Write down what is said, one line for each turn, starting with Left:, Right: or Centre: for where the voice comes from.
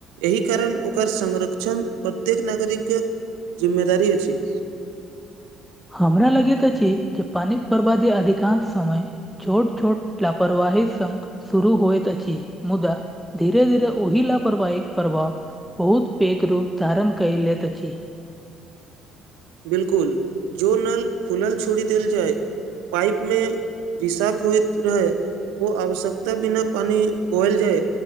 Right: एहि कारण ओकर संरक्षण प्रत्येक नागरिक के जिम्मेदारी अछि
Centre: हमरा लगति अछि जे पानिक बर्बादी अधिकांश समय छोट छोट लापरवाही संग शुरू होयइत अछि मुदा धीरे धीरे ओहिलापरवाहिक प्रभाव बहुत पेघ रूप धारण कय लति अछि
Right: बिलकुल जो नल खुलल छोड़ी देल जाय पाइप मे रिसाफ होइत रहै ओ आवश्यकता बिना पानि गल जाय